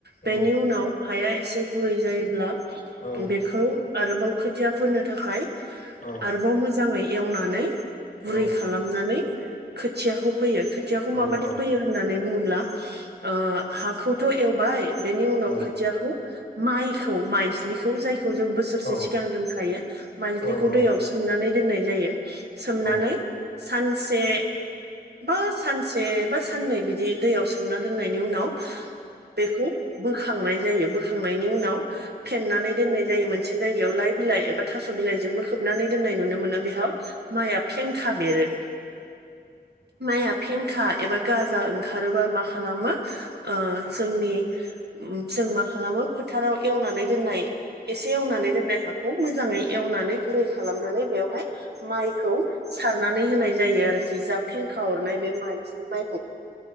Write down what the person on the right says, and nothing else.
बेनि उनाव हाया एसे गुरै जायोब्ला
बेखौ आरोबाव खोथिया फोननो थाखाय
आरोबाव मोजाङै एवनानै
गुरै
खालामनानै खोथियाखौ फोयो। खोथियाखौ
माबायदि
फोयो होननानै बुङोब्ला ओ हाखौथ' एवबाय बेनि उनाव
खोथियाखौ माइखौ माइज्लिखौ जाय खौ जों बोसोरसे सिगां
दोनखायो माइज्लिखौ
दैयाव
सोमनानै दोननाय जायो। सोमनानै
सानसे बा -सानसे बा साननै बिदि दैयाव सोमना दोननाय नि उनाव बेखौ बोखांनाय जायो। बोखांनायनि उनाव फेननानै दोननाय जायो मोनसे जायगायावनो लाइ बिइबा एबा थास' बिलाइजोंबो खोबो खोबनानै दोन्नाय नुनो मोनो बेहाय माइआ फेंखा बेरो माइया फेंखा एबा गाजा ओंखारोबा माख खालामो ओ जोंनि जों मा खालामो फोथाराव एवनानै दोननाय एसे एवनानै दोननाय हाखौ मोजाङै एवनानै गुरै खालामनानै बेयाव हाय माइखौ सारनानै होनाय जायो आरोखि जा फेंखा हरनाय बे माइजि माइ